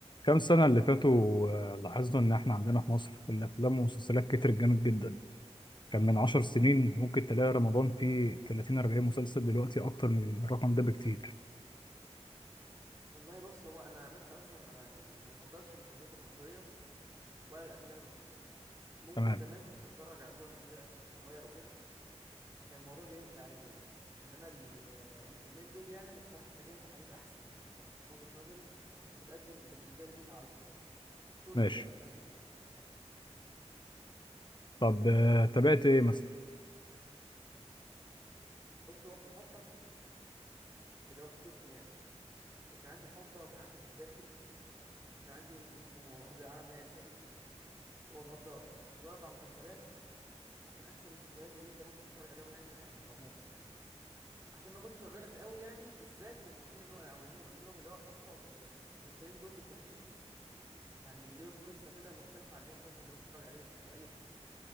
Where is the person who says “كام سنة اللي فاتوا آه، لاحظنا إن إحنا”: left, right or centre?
Left